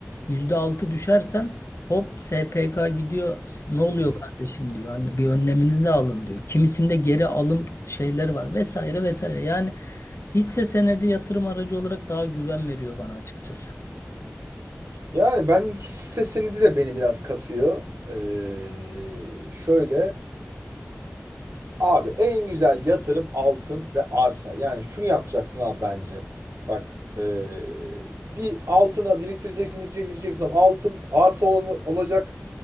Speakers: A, on the left; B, on the right.
A: %6 düşersen hop S P K gidiyor. Ne oluyor
B: hı.
A: kardeşim diyor. Hani bir önleminizi alın diyor. Kimisinde geri alım şeyler var vesaire vesaire. Yani hisse senedi yatırım aracı olarak daha güven veriyor bana açıkçası.
B: Yani ben hisse senedi de beni biraz kasıyor. Ee, şöyle Abi en güzel yatırım altın ve arsa. Yani şunu yapacaksın abi bence. Bak eee, bir altına biriktireceksin, biriktireceksin, biriktireceksin. abi. Altın arsa ol- olacak.